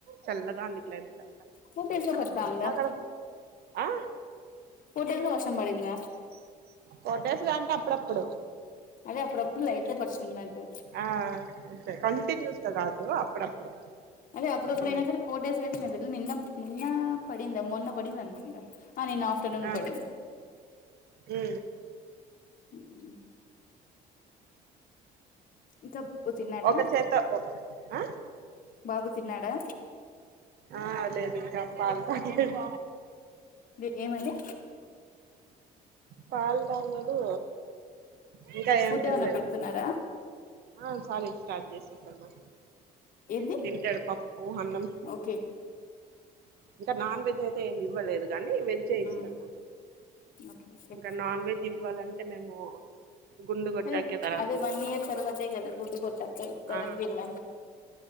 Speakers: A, on the right (about 70°); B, on the left (about 55°).
A: చల్లగా ఉంది క్లైమేట్ అంత
B: ఫోర్ డేస్ లో పడతాందా
A: ఆక్కడ ఆ
B: పొద్దంతా వర్షం పడింద
A: ఫోర్ డేస్ గా అంటే అప్పుడప్పుడు
B: అదే అప్పుడుప్పుడు లైట్ గా పడుతుంది అంతే
A: ఆ అంతే కంటిన్యూస్ గా కాదు అప్పుడప్పుడు
B: అదే అప్పుడప్పుడ
A: ఉ
B: ఫోర్ డేస్ గా ఏడ నిన్న నిన్న పడిందా మొన్న పడింది అనుకుంటా ఆ నిన్న ఆఫ్టర్నూన్
A: ఆ
B: పడింది
A: ఉ
B: ఉ హు ఇంకా బాబు తిన్నాడా
A: ఒక చేత ఆ
B: బాబు తిన్నాడా
A: ఆ లేదు ఇంకా పాలు తాగాడు
B: మీకు ఏమైంది
A: పాలు తాగాడు ఇంకా ఏం
B: ఫుడ్
A: తినలేదు
B: ఏమన్నా పెడుతున్నారా
A: ఆ సాలిడ్ స్టార్ట్ చేసిండు
B: ఏంది
A: తింటారు పప్పు అన్నం
B: ఓకే
A: ఇంకా నాన్ వెజ్ అయితే ఏమి ఇవ్వలేదు కానీ వెజ్ ఇస్తా
B: మ్మ్ ఓకే ఓకే
A: ఇంకా నాన్ వెజ్ ఇవ్వాలంటే మేము గుండు కొట్టాకే
B: అదే
A: తర్వాత
B: అదే
A: ఇవ్వాలి
B: వన్ ఇయర్ తర్వాతే కదా గుడ్డు కొట్టాక ఇస్తారని
A: ఆ
B: విన్నాను